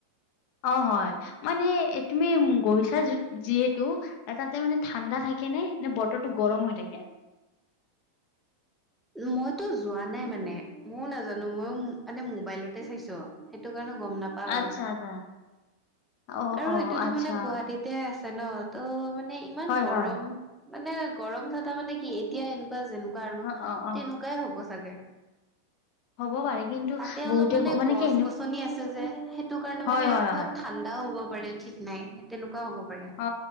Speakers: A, on the left; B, in the centre.
A: অ', হয়, মানে তুমি গৈছা যিহেতু তাতে মানে ঠাণ্ডা থাকে নে, নে বতৰটো গৰম হৈ থাকে?
B: মইতো যোৱা নাই মানে, ময়োও নাজানো ময়ো মানে মোবাইলতে চাইছোঁ। সেইটো কাৰণে গ'ম নাপাও আৰু,
A: আচ্ছা আচ্ছা অ
B: আৰু
A: অ
B: সেইটোটো
A: আচ্ছা
B: মানে গুৱাহাটীত তাতে আছে ন', ত' মানে ইমান
A: হয়
B: গৰম।
A: হয়
B: মানে গৰম থকা মানে কি, এতিয়া এনেকুৱা যেনেকুৱা আৰু
A: অ, অ, অ'।
B: ই হ'ব চাগে।
A: হ'ব পাৰে, কিন্তু
B: তাতে অলপ
A: বহুতে
B: মানে গছ
A: কি এনে
B: গছনি আছে যে, সেইটো কাৰণে
A: হয়
B: মানে
A: হয়
B: অলপ
A: হয়
B: ঠাণ্ডাও হ'ব পাৰে, ঠিক নাই তেনেকুৱা হ'ব পাৰে।
A: অ,